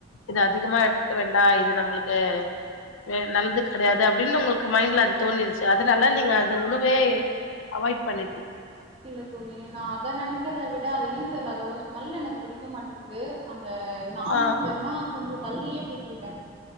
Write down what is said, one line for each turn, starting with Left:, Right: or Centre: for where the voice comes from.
Left: இது அதிகமா எடுத்துக்க வேண்டா இது நம்மளுக்கு வே நல்லது கெடயாது அப்டின்னு உங்களுக்கு மைண்ட்ல அது தோணிருச்சு அதனால நீங்க அந்த உணவே அவாய்ட் பண்ணி
Right: இல்ல தோழி நா அத நெனக்கிறத விட அத ஏ தெரியல அதோட ஸ்மெல் எனக்கு பிடிக்க மாட்டேக்குது த நான்வெஜ்ன்னா
Left: ஆ
Right: கொஞ்ச தள்ளியே போயிட்ருக்கே